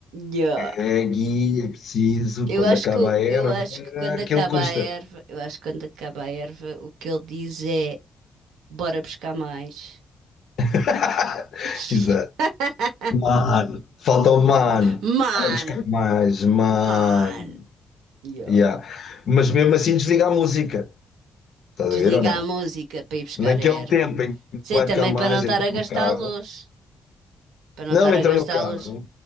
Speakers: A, on the right; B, on the left.
A: Yeah.
B: Reggae é preciso,
A: Eu
B: quando
A: acho
B: acaba
A: que,
B: a erva,
A: eu acho que quando
B: aquilo
A: acaba
B: custa.
A: a erva, eu acho que quando acaba a erva, o que ele diz é: bora buscar mais.
B: <laughs>
A: <laughs>
B: Exato. Mano, falta o mano
A: Man,
B: para buscar mais, mano.
A: man. Yeah.
B: Yeah. Mas mesmo assim desliga a música. Estás
A: Desliga
B: a ver ou não?
A: a música para ir buscar
B: Naquele
A: a erva.
B: tempo em que
A: Sei
B: vai buscar
A: também
B: mais,
A: para não estar
B: entra
A: a
B: no
A: gastar
B: carro.
A: a luz. Para não
B: Não
A: estar
B: entra
A: a gastar
B: no carro.
A: a luz.